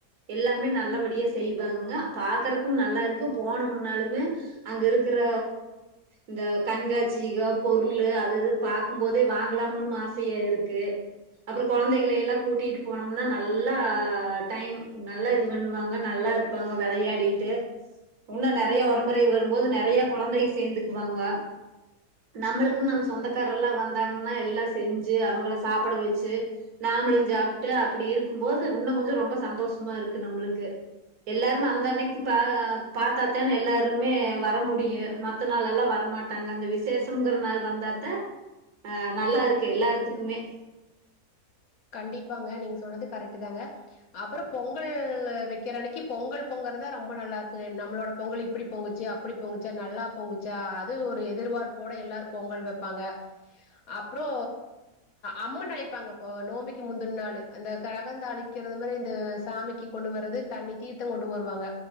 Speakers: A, on the right; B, on the left.
A: எல்லாமே நல்லபடியா செய்வாங்க பாக்குறக்கும் நல்லா இருக்கு போன முன்னாலுமே அங்க இருக்குற இந்த கண்காட்சீக பொருளு அது எது பாக்கும்‌போது வாங்கலாம்னு ஆசையா இருக்கு அப்புறோ குழந்தைகளைய எல்லா கூட்டிட்டு போனோம்னா நல்லா டைம் நல்லா இது பண்ணுவாங்க நல்லா இரு ப்பாங்க விளையாடிட்டு இன்னு நறைய ஒரம்புறை வரும்போது நறைய குழந்தை சேந்துக்குவாங்க நம்மளுக்கும் நம் சொந்தக்கார எல்லா வந்தாங்கன்னா எல்லா செஞ்சு அவுங்கள சாப்பட வச்சு நாமளு சாப்ட்டு அப்படி இருக்கும்போது இன்னு கொஞ்சோ ரொம்ப சந்தோஷமா இருக்கு நம்பளுக்கு எல்லாருமே அந்த அன்னைக்கு பா பாத்தாத்தானே எல்லாருமே வர முடியு மத்த நாள்ல்லாம் வரமாட் டாங்க அந்த விசேஷம்ங்கிற நாள் வந்தாத்த அ நல்லா இருக்கு எல்லார்த்துக்குமே
B: கண்டிப்பாங்க நீங்க சொல்லறது கரெக்ட்டு தாங்க அப்புறோ பொங்கல் வைக்கிற அன்னைக்கு பொங்கல் பொங்குறதா ரொம்ப நல்லா இருக்கு நம்மளோட பொங்கல் இப்படி பொங்குச்சு அப்படி பொங்குச்சா நல்லா பொங்குச்சா அது ஒரு எதிர்பார்ப்போட எல்லாரு பொங்கல் வைப்பாங்க அப்புறோ அம்மன் அழைப்பாங்க நோம்பிக்கு முந்தன் நாளு அந்த கரகந்தழிக்கிறது மாரி இந்த சாமிக்கு கொண்டு வர்றது தண்ணி தீர்த்தோ கொண்டு வருவாங்க